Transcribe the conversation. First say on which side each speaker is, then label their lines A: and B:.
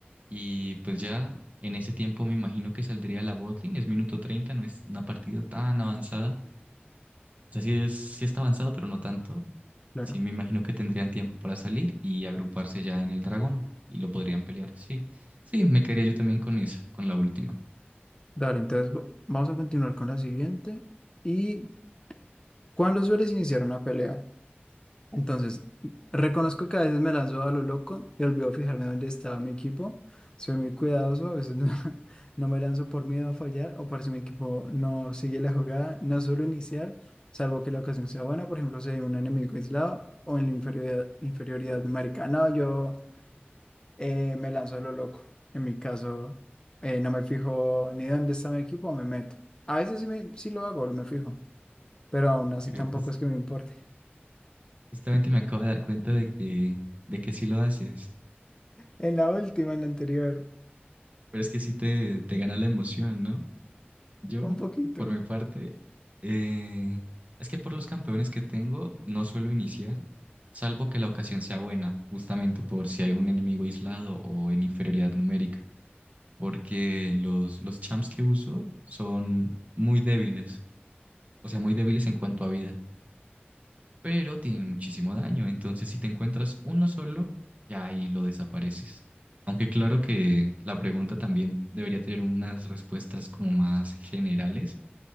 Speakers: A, on the right; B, on the left.
A: Y pues ya en ese tiempo me imagino que saldría la botlane. Es minuto treinta no es una partida tan avanzada. O sea, sí, es, sí está avanzado, pero no tanto.
B: claro.
A: Sí me imagino que tendrían tiempo para salir y agruparse ya en el dragón y lo podrían pelear. Sí, sí, me quedaría yo también con esa, con la última.
B: Dale, entonces va- vamos a continuar con la siguiente. ¿Y cuándo sueles iniciar una pelea? Entonces, reconozco que a veces me lanzo a lo loco y olvido fijarme dónde estaba mi equipo. Soy muy cuidadoso, a veces no, <laughs> no me lanzo por miedo a fallar o por si mi equipo no sigue la jugada. No suelo iniciar, salvo que la ocasión sea buena, por ejemplo, si hay un enemigo aislado o en la inferioridad, inferioridad numérica. No, yo eh, me lanzo a lo loco. En mi caso, eh, no me fijo ni dónde está mi equipo, me meto. A veces sí, me, sí lo hago, me fijo, pero aún así
A: Pero
B: tampoco
A: jus-
B: es que me importe.
A: justamente me acabo de dar cuenta de que, de que sí lo haces.
B: En la última, en la anterior.
A: Pero es que sí te, te gana la emoción, ¿no? Yo,
B: Un poquito.
A: por mi parte, eh, es que por los campeones que tengo no suelo iniciar, salvo que la ocasión sea buena, justamente por si hay un enemigo aislado o en inferioridad numérica, porque los, los champs que uso son muy débiles, o sea, muy débiles en cuanto a vida pero tienen muchísimo daño. Entonces, si te encuentras uno solo, ya ahí lo desapareces. Aunque claro que la pregunta también debería tener unas respuestas como más generales,